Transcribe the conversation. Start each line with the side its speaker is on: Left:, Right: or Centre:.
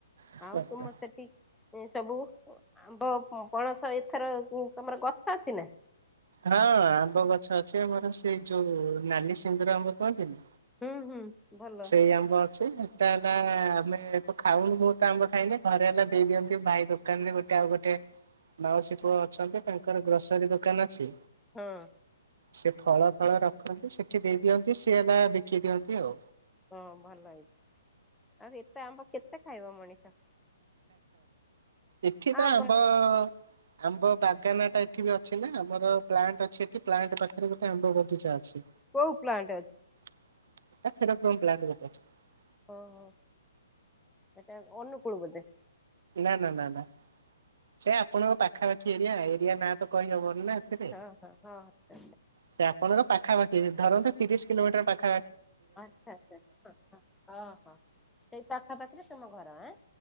Right: ବୋଲି।
Centre: ଆଉ ତୁମ ସେଠି ଇଁଁ ସବୁ ଆମ୍ବ ପଣସ ଏଥର ତମର ଗଛ ଅଛି ନା?
Right: ହଁ ଆମ୍ବ ଗଛ ଅଛି ଆମର ସେଇ ଯୋଉ ନାଲି ସିନ୍ଦୁର ଆମ୍ବ କୁହନ୍ତିନି?
Centre: ହୁଁ ହୁଁ ଭଲ
Right: ସେଇ ଆମ୍ବ ଅଛି। ହେଲା ଆମେ ତ ଖାଉନୁ ବହୁତ ଆମ୍ବ ଖାଇଲେ ଘରେ ହେଲା ଦେଇଦିଅନ୍ତି। ଭାଇ ଦୋକାନ ରେ ଗୋଟେ ଆଉ ଗୋଟେ ମାଉସୀ ପୁଅ ଅଛନ୍ତି ତାଙ୍କର ଗ୍ରୋସରୀ ଦୋକାନ ଛି
Centre: ହଁ।
Right: ସେି ଫଳ ଫଳ ରଖନ୍ତି। ସେଠି ଦେଇ ଦିଅନ୍ତି ସିଏ ହେଲା ବିକି ଦିଅନ୍ତି ଆଉ।
Centre: ହଁ ଭଲ ହେଇଛି ଆଉ ଏତେ ଆମ୍ବ କେତେ ଖାଇବ ମଣିଷ।
Right: ଏଠି ତ
Centre: ଆମ୍ବ
Right: ଆମ୍ୱ ଆମ୍ବ ବାଗାନ ଟା ଏଠି ବି ଅଛି ନା ଆମର ପ୍ଲାଣ୍ଟ ଅଛି ଏଠ ପ୍ଲାଣ୍ଟ ପାଖରେ ଆମ୍ୱ ବଗିଚା ଅଛି।
Centre: କୋଉ ପ୍ଲାଣ୍ଟ ଅ
Right: ପ୍ <unintelligible>
Centre: ହ ହ ଏଟା ଓନୁ କୁଳୁ ବଧେ
Right: ନା ନା ନା ନା ସେ ଆପଣଙ୍କ ପାଖାପାଖି ଏରିଆ ଏରିଆ ନାଁ ତ କହିହବ ଏଥିରେ
Centre: ହଁ ହଁ ହଁ ଆଚ୍ଛା
Right: ସେ ଆପଣଙ୍କ ପାଖାପାଖି ଧରନ୍ତୁ ତିରିଶି କିଲୋମିଟର ପାଖା
Centre: ଆଚ୍ଛା ଆଚ୍ଛା ହଁ ହଁ ଅଂହୋ ସେଇ ପାଖାପାଖିରେ ସେ ଘର ଏଁ